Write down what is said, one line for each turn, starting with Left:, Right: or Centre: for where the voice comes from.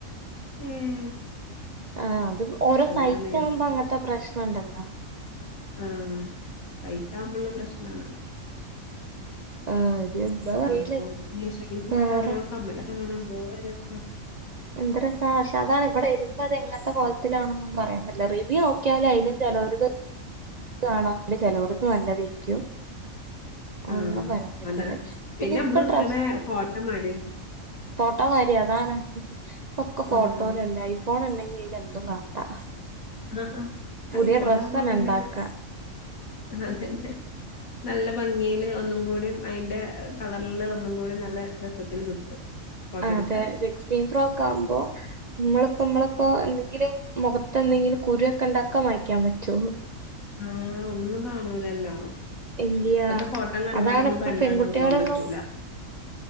Left: ഉം
Right: ആഹ് അത് ഓരോ
Left: അതാണ്
Right: സൈറ്റ് ആവുമ്പോ അങ്ങനത്തെ പ്രശ്നം ഉണ്ടല്ലോ
Left: ഉം സൈറ്റാകുമ്പോള്ള പ്രശ്നാ ണ്
Right: ആഹ് <unintelligible>
Left: അപ്പൊ
Right: ഇനി
Left: മീശേയിലൊക്കെ
Right: വേറെ
Left: നല്ല ഓരോ കമ്മലൊക്കെ കാണാൻ എന്തോ രസാ?
Right: എന്ത് രസാ പക്ഷെ അതാ ഇവിടെ വരുമ്പോ അത് എങ്ങൻ ത്തെ കോലത്തിലാണെന്നൊന്നും പറയാൻ പറ്റില്ല റിവ്യൂ ഓ ക്കെ യാലും അയ് ലും ചെലോ ലത് കാണാ പിന്നെ ചെ ലോ ടത്ത് നല്ലതെ ക്കും ഒന്നും
Left: ആഹ്
Right: പറയാൻ പറ്റ്ണ്
Left: അതാ
Right: പിന്നെ ഇപ്പ
Left: നമ്മള് എടുക്കണ
Right: ട്രസ്സ്
Left: ഫോട്ടോ മാതിരി
Right: ഫോട്ടോ വാരി അതാണ് ഇപ്പൊക്കെ
Left: ഉം
Right: ഫോട്ടോലല്ലേ ഐഫോൺ ഇണ്ടങ്കിൽ എന്തും കാട്ടാ
Left: ആഹ് ആഹ്
Right: പുതിയ
Left: ഐഫോനാവുമ്പോ
Right: ഡ്രസ്സ് തന്നെ
Left: പിന്നെ
Right: ഉണ്ടാക്ക
Left: അതന്നെ നല്ല ഭംഗിയില് ഒന്നും കൂടി അയിന്റെ കളറില് ഒന്നും കൂടി നല്ല രസത്തിൽ കിട്ടും ഫോട്ടോ
Right: ആഹ്
Left: എടുത്താല്
Right: അതെ സിക്സ്റ്റീൻ ഫ്രോക്കാ ആക്കുമ്പോ മ്മളിപ്പോ മ്മളപ്പോ എന്തെങ്കിലും മുഖത്ത് എന്തെങ്കിലും കുരുയൊക്കെ ഉണ്ടാക്കാൻ മായ് ക്കാൻ പറ്റോ
Left: ആഹ് ഒന്നും കാണൂലല്ലോ
Right: ഇല്ല്യ
Left: ഇപ്പത്തെ ഫോട്ടോ കണ്ട്
Right: അതാണ്
Left: കാണ്ടൊന്നും
Right: ഇപ്പൊ
Left: പെണ്ണാണാൻ
Right: പെൺകുട്ടികളൊന്നും
Left: പോവാൻ പറ്റൂല